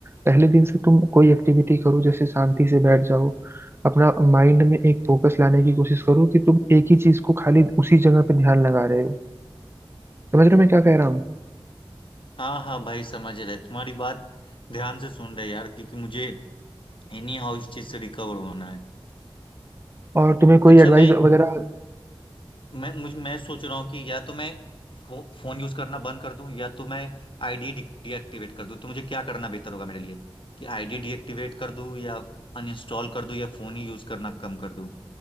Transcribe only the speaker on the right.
पहले दिन से तुम कोई एक्टिविटी करो जैसे शांति से बैठ जाओ अपना माइंड में एक फोकस लाने की कोशिश करो कि तुम एक ही चीज को खाली उसी जगह पे ध्यान लगा रहे हो समझ रहे हो मैं क्या कह रहा हूँ
और तुम्हें कोई
एडवाइस
वगैरह